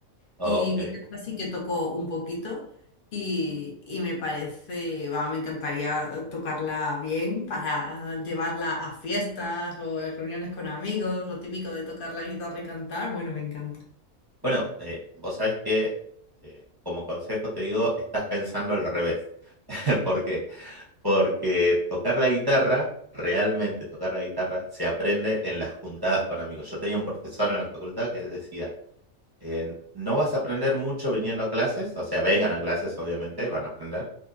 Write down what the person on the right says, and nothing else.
Ok.
Bueno, eh, vos sabés que eh, como consejo te digo, estás pensando al revés. <laughs> ¿Por qué? Porque tocar la guitarra, realmente tocar la guitarra, se aprende en las juntadas con amigos. Yo tenía un profesor en la facultad que él decía, eh, no vas a aprender mucho viniendo a clases, o sea, vengan a clases, obviamente, van a aprender,